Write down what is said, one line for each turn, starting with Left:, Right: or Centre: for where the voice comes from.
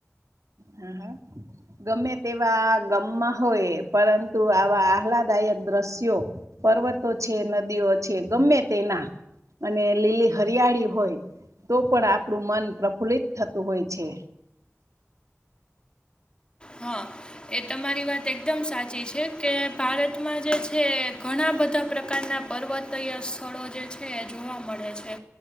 Right: હમ્મ. ગમે તેવા ગમમાં હોય પરંતુ આવા આહલાદાયક દ્રશ્યો. પર્વતો છે નદીઓ છે ગમે તેના. અને લીલી હરિયાળી હોય તો પણ આપણું મન પ્રફુલ્લિત થતું હોય છે.
Left: હા એ તમારી વાત એકદમ સાચી છે કે ભારતમાં જે છે ઘણા બધા પ્રકારના પર્વત. તૈય સ્થળો જે છે એ જોવા મળે છે